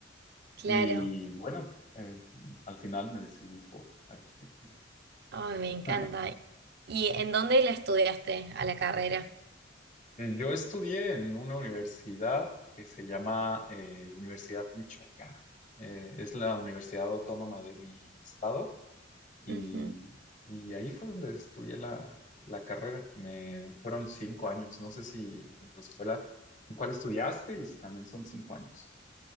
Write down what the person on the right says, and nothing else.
Claro.
Ay, me encanta.
¿Y en dónde la estudiaste a la carrera?
Ujú.